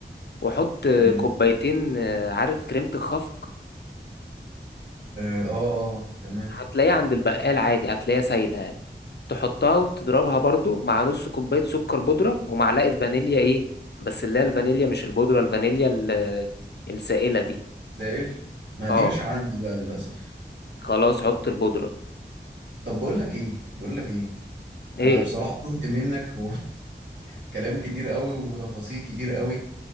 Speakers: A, on the left; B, on the right.
A: وحط
B: تمام.
A: كوبايتين آه، عارف كريمة الخفق
B: اه اه آه، تمام
A: هتلاقيها عند البقال عادي هتلاقيها سايلة يعني تحطها وتضربها برضو مع نص كوباية سكر بودرة ومعلقة فانيليا ايه بس اللي هي الفانيليا مش البودرة الفانيليا ال- السائلة دي
B: سائل ما
A: اه
B: دي مش عندي بقى للأسف
A: خلاص حط البودرة
B: طب بقول لك ايه بقول لك ايه
A: ايه
B: انا بصراحة تهت منك وكلام <laughs> كتير قوي وتفاصيل كتير قوي